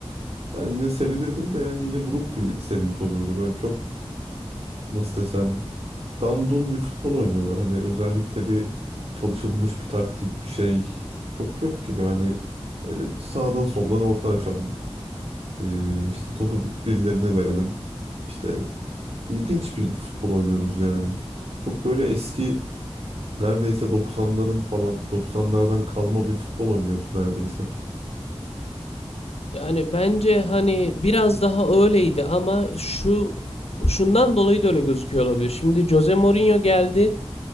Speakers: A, on the right; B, on the left.
A: yani yine sevinirdim de yani yine buruk bir sevinç olurdu. Böyle çok nasıl desem dandun bir futbol oynuyorlar. Hani özellikle bir çalışılmış bir taktik bir şey çok yok gibi. Hani öyle sağdan soldan orta açalım. Ee, işte topu bir- birilerine verelim. İşte ilginç bir futbol oynuyoruz yani. Çok böyle eski neredeyse 90'ların falan 90'lardan kalma bir futbol oynuyoruz neredeyse.
B: Yani bence hani biraz daha öyleydi ama şu şundan dolayı da öyle gözüküyor olabilir. Şimdi Jose Mourinho geldi.